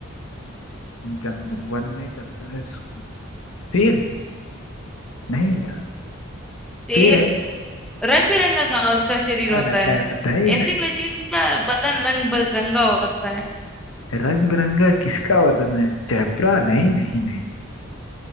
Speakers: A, on the left (about 75°); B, in the centre.
A: जंग वन में करता है सो- शेर नहीं यार
B: शेर
A: शेर है
B: रंग बिरंगा का उसका शरीर
A: आ,
B: होता
A: ना
B: है
A: ना ना नहीं
B: ऐसी
A: नहीं
B: कोई चीज इसका बदन रंग बिरंगा होता है
A: रंग बिरंगा किसका वदन है चैपरा नहीं नहीं नहीं